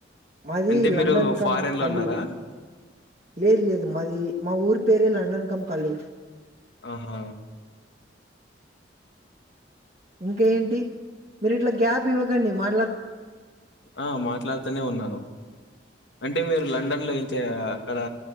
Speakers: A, on the right (about 40°); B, on the left (about 70°).
A: మాది
B: అంటే మీరు
A: లండన్ కమ్
B: ఫారెన్‌లో
A: కల్లూర్
B: ఉన్నారా?
A: లేదు లేదు మాది మా ఊరు పేరు లండన్ కం కల్లూరు
B: ఆహా
A: ఇంక ఏంటి మీరు ఇట్ల గ్యాప్ ఇవ్వకండి మా
B: ఆ మాట్లాడుతనే ఉన్నాను అంటే మీరు లండన్ లో అయితే అక్కడ